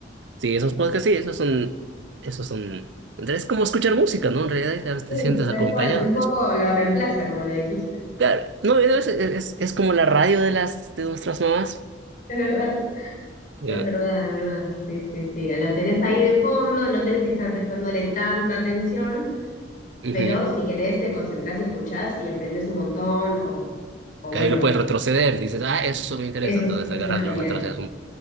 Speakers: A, on the right; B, on the left.
A: Sí, esos podcasts, sí, esos son, esos son, es como escuchar música, ¿no? En realidad a veces
B: Sí,
A: te sientes
B: tal
A: acompañado.
B: cual. Un poco
A: Es,
B: lo reemplaza, como lo dijiste.
A: claro, no, es, es, es como la radio de las, de nuestras mamás.
B: Es verdad,
A: Ya,
B: es verdad, es verdad. Sí, sí, sí. Lo tenés ahí de fondo, no tenés que estar prestándole tanta atención,
A: ujú.
B: pero si querés te concentrás y escuchás y aprendés un montón o, o
A: Que
B: bueno,
A: ahí lo puedes retroceder, dices, ah, eso me interesa,
B: eso,
A: entonces
B: es- eso
A: agarras,
B: es genial.
A: lo retrocedes un...